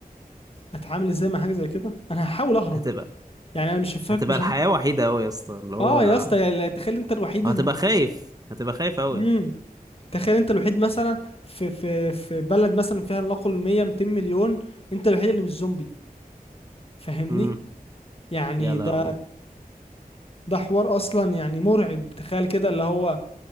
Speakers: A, on the left (about 40°); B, on the right (about 25°).
A: اتعامل ازاي مع حاجه زي كده انا هحاول اهرب
B: هتبقى
A: يعني انا مش هفك
B: هتبقى
A: مش
B: الحياة وحيدة قوي يا اسطى اللي هو
A: اه يا اسطى يعني تخيل انت الوحيد
B: هتبقى
A: ال...
B: خايف هتبقى خايف قوي
A: مم. تخيل انت الوحيد مثلا في في في بلد مثلا فيها لنقل 100 200 مليون انت الوحيد اللي مش زومبي فاهمني
B: امم
A: يعني
B: يا لهوي
A: ده ده حوار اصلا يعني مرعب تخيل كده اللي هو